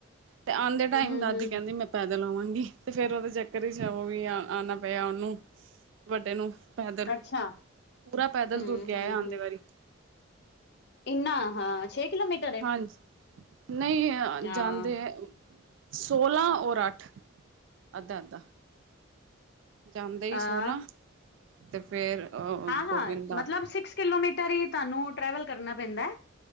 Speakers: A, on the right; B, on the left.
A: ਤੇ ਆਂਦੇ
B: ਹਮ
A: ਟਾਇਮ ਦਾਦੀ
B: ਹਮ
A: ਕਹਿੰਦੀ ਮੈਂ ਪੈਦਲ ਆਵਾਂਗੀ ਤੇ ਫੇਰ ਉਹਦੇ ਚੱਕਰ ਇਚ ਵੀ ਆ ਆਣਾ ਪਿਆ ਉਹਨੂੰ ਵੱਡੇ ਨੂੰ। ਪੈਦਲ
B: ਅੱਛਾ।
A: ਪੂਰਾ ਪੈਦਲ
B: ਹਮ
A: ਤੁਰ ਕੇ
B: ਹਮ
A: ਆਇਆ ਆਂਦੇ
B: ਹਮ
A: ਵਾਰੀ।
B: ਇੰਨਾ ਹਾਂ, ਛੇ ਕਿਲੋਮੀਟ
A: ਹਾਂਜੀ, ਨਹੀਂ
B: ਹਾਂ
A: ਜਾਂਦੇ ਸੋਲ੍ਹਾਂ ਔਰ ਅੱਠ ਅੱਧਾ, ਅੱਧਾ। ਜਾਂਦੇ
B: ਹਾਂ
A: ਈ ਸੋਂਲਾ ਤੇ ਫੇਰ ਅਹ
B: ਹਾਂ
A: <unintelligible>
B: ਹਾਂ
A: ਗੋਵਿਦਾ
B: ਮਤਲਬ ਸਿਕਸ ਕਿਲੋਮੀਟਰ ਈ ਤੁਹਾਨੂੰ ਟਰੈਵਲ ਕਰਨਾ ਪੈਂਦਾ ਐ?